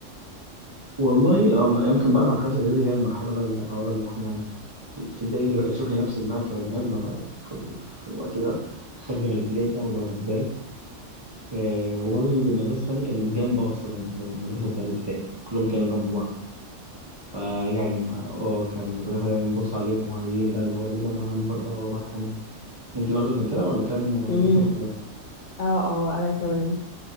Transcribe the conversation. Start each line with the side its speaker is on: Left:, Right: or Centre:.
Right: والله آه، يمكن بقى مرحلة الإعدادي هي المرحلة بقى اللي اه اللي إحنا الابتدائي انت بقى تشوفي نفسك بقى كبني ادمه بقى في, في الوقت ده خارجه من الابتدائي بقى ولو انا كبرت آه، وبرضه المدرسه بتاعتي كانت جنب اصلا المدرسه بتاع الابتدائي كلهم كانوا جنب بعض فيعني ما اه كان كل حاجه بنبص عليهم وعايزين بقى اللي هو ايه ده انا اكبر بقى واروح هنا انت برضه كان كده ولا كان
Left: امم
Right: مدرسه مختلفه؟
Left: اه اه انا كمان